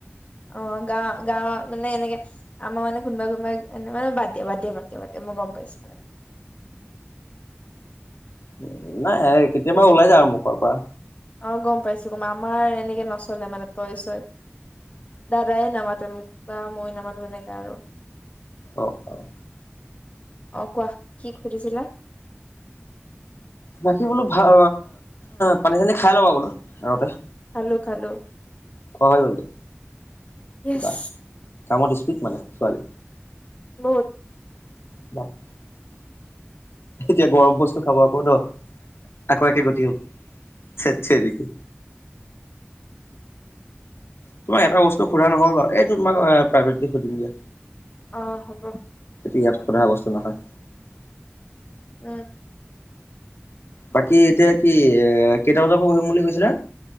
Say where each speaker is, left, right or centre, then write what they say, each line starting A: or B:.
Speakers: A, on the left; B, on the left.
A: অ গাঁ গাৱত মানে এনেকে আমাৰ মানে কোনোবা কোনোবাই এ! মানে বাদ, দিয়া বাদ, দিয়া মানে দিয়া, বাদ দিয়া। মই গ'ম পাইছো মানে।
B: উ'ম নাই কেতিয়াবা ওলাই যায় আৰু মুখৰ পৰা
A: অ' গম পাইছো গম আমাৰ এনেকে নচলে মানে তই, চই। দাদাই নামাতে মোক বা মই নামাতে তেনেকে আৰু।
B: অ' অ'।
A: অ' কোৱা কি সুধিছিলা?
B: বাকী বোলো ভাল পানী চানী খাই ল'বা বোলো আগতে
A: খালো খালো
B: খোৱা হৈ গ'ল দে
A: য়েছ
B: বা কামত ঠিক মানে ছোৱালী।
A: বহুত।
B: <unintelligible> এতিয়া গৰম বস্তু খাব আকৌ ন। আকৌ একে গতি হব ধেত তেৰিকি। তোমাক এটা বস্তু সোধা নহল বাৰু এইটো তোমাক প্ৰাইভেট সুধিম দিয়া।
A: অ' হ'ব।
B: ইয়াত সোধা বস্তু নহয়।
A: অ'।
B: বাকী এতিয়া কি এ কেইটা বজাৰ পৰা বহিম বুলি কৈছিলা?